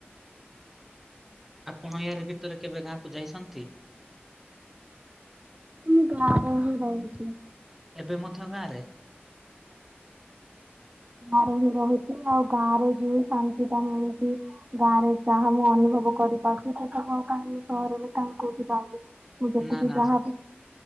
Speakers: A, in the centre; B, on the right.
A: ଆପଣ ୟାର ଭିତରେ କେବେ ଗାଁକୁ ଯାଇଛନ୍ତି?
B: ମୁଁ ଗାଁରେ ହିଁ ରହୁଛି।
A: ଏବେ ମଧ୍ୟ ଗାଁ ରେ? <inaudible>
B: ଗାଁରେ ହିଁ ରହିଛି, ଆଉ ଗାଁରେ ଯୋଉ ଶାନ୍ତି ଟା ମିଳୁଛି ଗାଁରେ ଯାହା ମୁଁ ଅନୁଭବ କରିପାରୁଛି, ସେ ସବୁ ଆଉ କାହିଁ ସହରରେ କାହିଁ କୋଉଠି ପାଇବି? ମୁଁ ଯେତିକି
A: ନାଁ - ନାଁ
B: ଯାହାବି